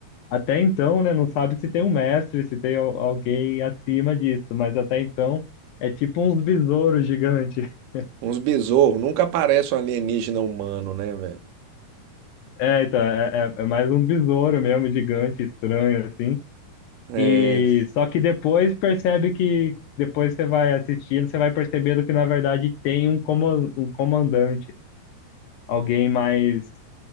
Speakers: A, on the left; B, on the right.
A: Até então, né, não sabe se tem um mestre, se tem al- alguém acima disso, mas até então é tipo uns besouros gigantes. <laughs>
B: Uns besouros. Nunca aparece um alienígena humano, né, velho?
A: É, então, é, é, é mais um besouro mesmo, gigante, estranho, assim.
B: É.
A: E só que depois percebe que, depois você vai assistindo, você vai percebendo que na verdade tem um, como- um comandante, alguém mais,